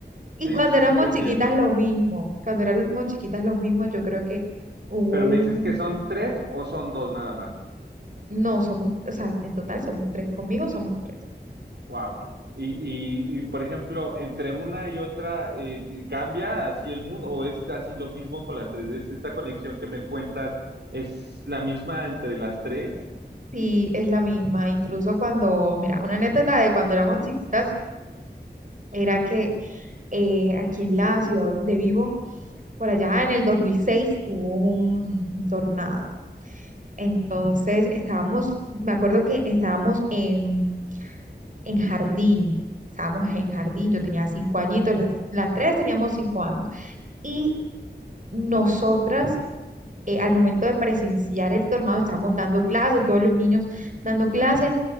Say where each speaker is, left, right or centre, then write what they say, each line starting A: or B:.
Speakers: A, on the right; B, on the right.
A: Y
B: Sí,
A: cuando
B: sí,
A: éramos
B: sí, te entiendo.
A: chiquitas lo mismo, cuando éramos chiquitas lo mismo, yo creo que hubo
B: Pero me
A: un,
B: dices que son tres o son dos nada más.
A: no, somos, o sea, en total somos tres, conmigo somos tres.
B: Wow. Y, y, y, por ejemplo, entre una y otra, eh, ¿te ¿cambia así el mood o es así lo mismo con las tres? ¿Es esta conexión que me cuentas es la misma entre las tres?
A: Sí, es la misma, incluso cuando, mira, una anécdota de cuando éramos chiquitas era que eh, aquí en la ciudad donde vivo, por allá en el 2006 hubo un, un tornado. Entonces estábamos, me acuerdo que estábamos en, en jardín, estábamos en jardín, yo tenía cinco añitos, las, las tres teníamos cinco años. Y nosotras, eh, al momento de presenciar el tornado, estábamos dando clases, todos los niños dando clases,